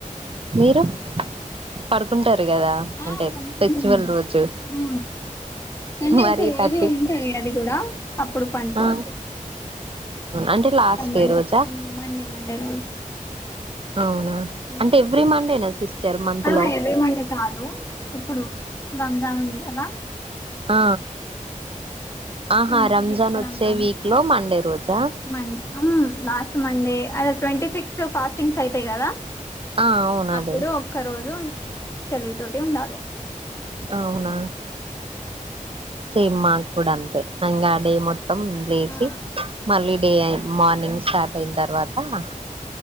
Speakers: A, on the right; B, on the left.
A: మీరు పడుకుంటార్ కదా
B: ఆ
A: అంటే
B: పండుకుంటుంది
A: ఫెస్టివల్ రోజు
B: ఆ కానీ
A: మరి
B: ఒక రోజు
A: థర్టీ
B: ఉంటది అది కూడా అప్పుడు పండ్కొవద్దు
A: ఆ అంటే లాస్ట్
B: సార్ మండే
A: డే రోజా
B: ఉమ్ మండే మండే రోజు
A: అవునా
B: ఉమ్
A: అంటే ఎవ్రీ మండేనా సిస్టర్ మంత్
B: ఆ
A: లో
B: ఎవ్రీ మండే కాదు ఇప్పుడు రంజాన్ ఉంది కదా
A: ఆ ఆహా
B: ట్వంటీ సిక్స్
A: వచ్చే
B: రంజాన్
A: వీక్
B: కి
A: లో మండే రోజా
B: మండే అ లాస్ట్ మండే అదే ట్వంటీ సిక్స్ ఫాస్టింగ్స్ అయితయ్ గదా
A: ఆ అవును
B: అప్పుడు
A: అదే
B: ఒక్క రోజు తెలివి తోటి ఉండాలే
A: అవునా సేమ్ మాక్ కూడా అంతే అంగడి మొత్తం లేచి
B: ఆ
A: మల్లీ డే ఏన్ మార్నింగ్ స్టార్ట్ అయిన్ తర్వా త
B: ఆ